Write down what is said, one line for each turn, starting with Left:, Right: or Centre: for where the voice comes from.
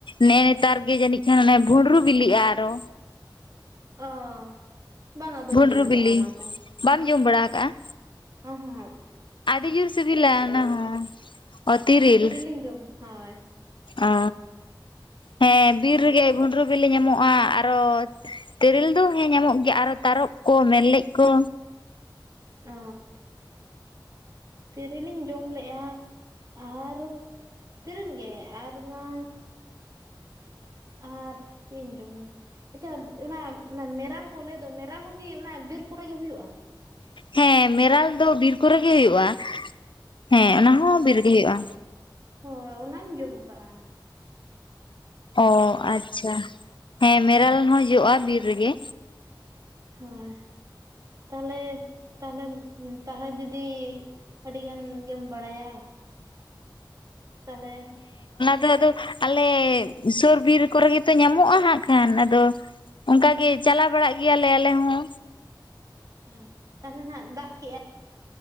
Left: ᱱᱮᱜᱼ ᱱᱮᱛᱟᱨ ᱜᱮ ᱡᱟᱹᱱᱤᱡ ᱠᱷᱟᱱᱚᱱᱮ ᱵᱷᱩᱸᱰᱨᱩ ᱵᱤᱞᱤᱜᱼᱟ ᱟᱨᱚ
Right: ᱦ ᱚ ᱵᱟᱝᱟ ᱵᱟᱹᱧ
Left: ᱵᱷᱩᱸᱰᱨᱩ
Right: ᱡᱚᱢ ᱟᱠᱟᱟᱜᱼᱟ
Left: ᱵᱤᱞᱤ
Right: ᱚᱱᱟ ᱠᱚ
Left: ᱵᱟᱢ ᱡᱚᱢ ᱵᱟᱲᱟ ᱟᱠᱟᱜᱼᱟ
Right: ᱚ ᱦᱚᱸ
Left: ᱟᱹᱰᱤ ᱡᱩᱨ ᱥᱩᱵᱤᱞᱟᱚᱱᱟ ᱦᱚᱸ ᱚ ᱛᱤᱨᱤᱞ
Right: ᱛᱤᱨᱤᱞᱤᱧ ᱡᱚᱢ ᱦᱳᱭ
Left: ᱚ ᱦᱮᱸ ᱵᱤᱨ ᱨᱮᱜᱮ ᱜᱩᱱᱵᱨᱩ ᱵᱤᱞᱤ ᱧᱟᱢᱚᱜᱼᱟ ᱟᱨᱚ ᱛᱤᱨᱤᱞ ᱫᱚ ᱦᱮᱸ ᱧᱟᱢᱚᱜ ᱜᱮᱭᱟ ᱟᱨᱦᱚᱸ ᱛᱟᱨᱚᱵ ᱠᱚ ᱢᱮᱨᱞᱮᱡ ᱠᱚ
Right: ᱚ ᱛᱤᱨᱤᱞᱤᱧ ᱡᱚᱢ ᱞᱮᱼᱟ ᱟᱨ ᱛᱤᱨᱤᱞ ᱜᱮ ᱟᱨ ᱢᱟ ᱟᱨ ᱪᱮᱫ ᱤᱧ ᱡᱚᱢ ᱞᱮ ᱟᱪᱪᱷᱟ ᱚᱱᱟ ᱢᱮᱨᱟᱞ ᱠᱚ ᱞᱟᱹᱭ ᱫᱚ ᱢᱮᱨᱟᱞ ᱠᱚᱜᱮ ᱚᱱᱟ ᱵᱤᱨ ᱠᱚᱨᱮᱜ ᱜᱮ ᱦᱩᱭᱩᱜᱼᱟ
Left: ᱦᱮᱸ ᱢᱮᱨᱟᱞ ᱫᱚ ᱵᱤᱨ ᱠᱚᱨᱮ ᱜᱮ ᱦᱩᱭᱩᱜᱼᱟ ᱦᱮᱸ ᱚᱱᱟ ᱦᱚᱸ
Right: ᱚ
Left: ᱵᱤᱨ ᱨᱮᱜᱮ ᱦᱩᱭᱩᱜᱼᱟ
Right: ᱦᱳᱭ ᱚᱱᱟᱧ ᱡᱚᱢ ᱟᱠᱟᱜᱼᱟ
Left: ᱚ
Right: ᱢᱮᱨᱟᱞ
Left: ᱟᱪᱪᱷᱟ ᱦᱮᱸ ᱢᱮᱨᱟᱞ ᱦᱚᱸ ᱡᱚᱼᱟ ᱵᱤᱨ ᱨᱮᱜᱮ
Right: ᱦᱳᱭ ᱛᱟᱦᱚᱞᱮ ᱛᱟᱦᱞᱮ ᱛᱟᱦᱚᱞᱮ ᱫᱤᱫᱤ ᱟᱹᱰᱤᱜᱟᱱ ᱜᱮᱢ ᱵᱟᱲᱟᱭᱟ ᱛᱟᱦᱚᱞᱮ
Left: ᱟ ᱟᱫᱚ ᱟᱞᱮ ᱥᱩᱨ ᱵᱤᱨ ᱠᱚᱨᱮ ᱜᱮᱛᱚ ᱧᱟᱢᱚᱜᱼᱟ ᱦᱟᱸᱜ ᱠᱷᱟᱱ ᱟᱫᱚ ᱚᱱᱠᱟᱜᱮ ᱪᱟᱞᱟᱣ ᱵᱟᱲᱟᱜ ᱜᱮᱭᱟᱞᱮ ᱟᱞᱮ ᱦᱚᱸ
Right: ᱦᱮ ᱛᱟᱦᱚᱞᱮ ᱱᱟᱜ ᱫᱟᱜ ᱠᱮᱜᱼᱟᱭ